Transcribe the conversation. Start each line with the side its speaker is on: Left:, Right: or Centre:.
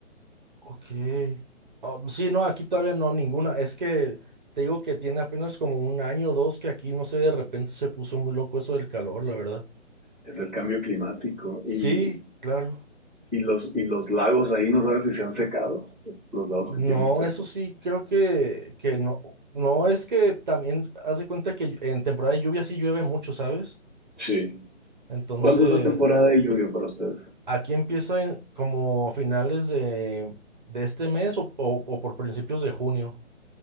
Right: ok. Ah, sí, no, aquí todavía no, ninguna. Es que te digo que tiene apenas como un año o dos que aquí, no sé, de repente se puso muy loco eso del calor, la verdad.
Centre: es el cambio climático
Right: Sí,
Centre: y,
Right: claro.
Centre: y los, y los lagos ahí no sabes si se han secado, los lagos
Right: No,
Centre: que tienen cerca.
Right: eso sí, creo que, que no. No, es que también haz de cuenta que en temporada de lluvia sí llueve mucho, ¿sabes?
Centre: Sí.
Right: Entonces,
Centre: ¿Cuándo es la temporada de lluvia para ustedes?
Right: Aquí empieza en- como finales de, de este mes o, o- o por principios de junio.